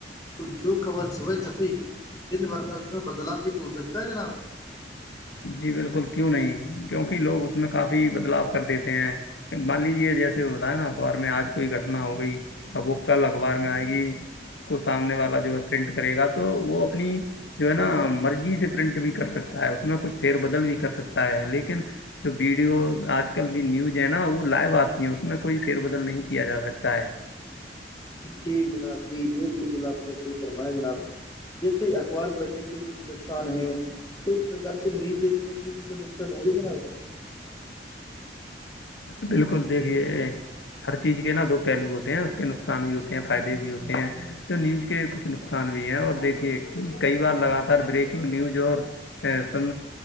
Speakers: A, on the left; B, on the left.
A: تو جو خبر صبح چھپی دن بھر میں اس میں بدلاؤ بھی تو ہو سکتا ہے جناب
B: جی بالکل کیوں نہیں کیوںکہ لوگ اس میں کافی بدلاو کر دیتے ہیں مان لیجے جیسے ہوتا ہے نا اخبار میں آج کوئی گٹنا ہو گئی اب وہ کل اخبار میں آئے گی اس کو سامنے والا جو ہے پرنٹ کرے گا تو وہ اپنی جو ہے نا مرضی سے پرنٹ بھی کر سکتا ہے اس میں کچھ فیر بدل بھی کر سکتا ہے لیکن جو ویڈیوز آج کل کی نیوز ہے نا وہ لائو آتی ہیں اس میں کوئی فیر بدل نہیں کیا جا سکتا ہے
A: جی جناب جی جی بالکل آپ نے سےح فرمایا جناب جیسے اخبار پڑھنے کے کچھ نقصان ہے تو اس پرک سے نیز دیکھنے کی بھی تو نقصان ہوگی جناب
B: بالکل دیکھیے ہر چیز کے نا دو پہلو ہوتے ہیں اس کے نقصان بھی ہوتے ہیں فائدے بھی ہوتے ہیں تو نیوز کے کچھ نقصان بھی ہے اور دیکھیے کہ کئی بار لگاتار بریکنگ نیوز اور سن